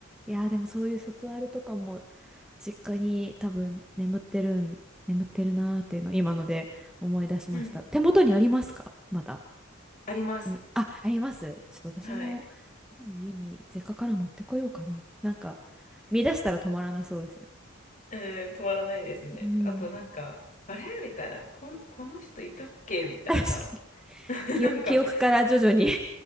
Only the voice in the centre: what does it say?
いやーでもそういう卒アルとかも実家に多分眠ってるん眠ってるなーっていうのを今ので思い出しました手元にありますかまだ
みあありますちょっと私も
今の家に実家から持ってこようかななんか見出したら止まらなそうですね
うん
<laughs> 確かに
記憶、
記憶から徐々に <laughs>